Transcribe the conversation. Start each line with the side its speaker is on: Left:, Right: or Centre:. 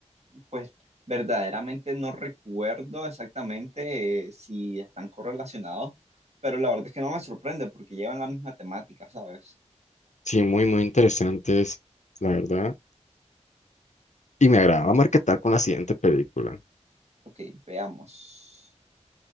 Right: Pues verdaderamente no recuerdo exactamente eh, si están correlacionados, pero la verdad es que no me sorprende porque llevan la misma temática, ¿sabes?
Left: Sí, muy, muy interesantes, la verdad. Y me agradaba marketar con la siguiente película,
Right: Ok, veamos.